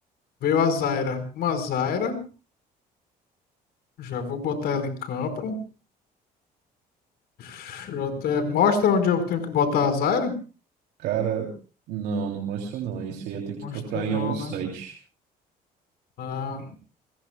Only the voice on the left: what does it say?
Veio a Zyra. Uma Zyra. Já vou botar ela em campo. Deixa eu até... Mostra onde eu tenho que botar a Zyra?
Mostra
não,
né? Ah,